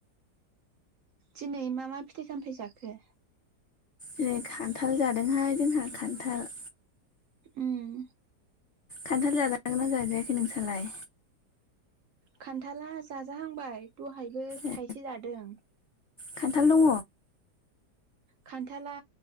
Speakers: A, on the right; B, on the left.
A: दिनै मा मा फिथाइ सामथाइ जाखो
B: जिरै खान्थाल जादोंहाय जोंहा खान्थाल
A: उम
B: खान्थाल जाजागोन ना जाजायाखै नोंसालाय
A: खान्थाला जाजाहांबाय दहायबो
B: ए
A: थाइसे जादों
B: खान्थाल दङ
A: खान्थाला